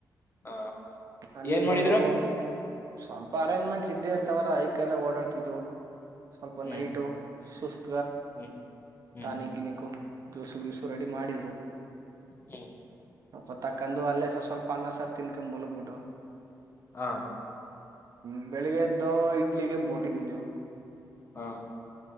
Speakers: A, on the left; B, on the right.
A: ಹ
B: ಅಲ್ಲಿಗೆ
A: ಏನ್ ಮಾಡಿದ್ರು
B: ಹೋದು ಸ್ವಲ್ಪ ಅರೇಂಜ್ಮೆಂಟ್ಸ್ ಇದ್ದೇ ಇರ್ತಾವಲ್ಲ ಐಕ ಎಲ್ಲ ಓಡಾಡ್ತಿದ್ರು ಸ್ವಲ್ಪ
A: ಹ್ಮ್
B: ನೈಟು ಸುಸ್ತ
A: ಹ್ಮ್ ಹ್ಮ್
B: ಟಾನಿಕ್ ನ ಗಿನಿಕು ಜ್ಯೂಸು ಗ್ಯಸು ರೆಡಿ ಮಾಡಿದ್ರು
A: ಹ್ಮ್
B: ಸ್ವಲ್ಪ ತಕ್ಕಂದು ಅಲ್ಲೇ ಸ್ ಸ್ವಲ್ಪ ಅನ್ನ ಸರ್ ತಿನ್ಕೊ ಮುಲಗ್ಬಿಟ್ಟು
A: ಹ
B: ಹ್ಮ ಬೆಳಿಗ್ಗೆದ್ದ ಇಡ್ಲಿಗೆ ಬೋಟಿ ಕಸು
A: ಹಾಂ